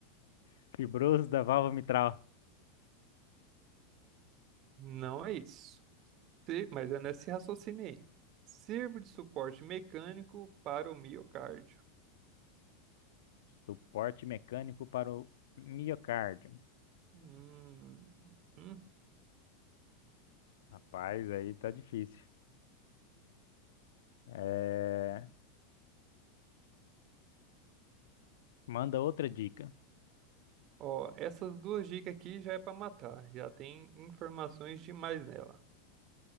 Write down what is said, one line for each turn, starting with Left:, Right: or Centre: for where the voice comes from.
Left: <laughs> fibroso da válvula mitral.
Right: Não é isso. Se- mas é nesse raciocínio aí. Sirvo de suporte mecânico para o miocárdio.
Left: Suporte mecânico para o miocárdio.
Right: Hum, hum.
Left: Rapaz, aí tá difícil. É, Manda outra dica.
Right: Ó, essas duas dicas aqui já é para matar. Já tem informações demais nela.